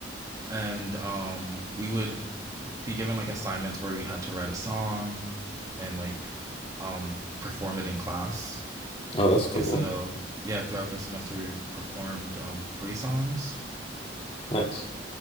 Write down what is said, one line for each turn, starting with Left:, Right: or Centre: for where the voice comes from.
Right: and um we would like, be given like assignments where we had to write a song and like um perform it in class
Left: Oh, that's cool.
Right: and so, yeah, throughout the semester we performed um three songs.
Left: Nice.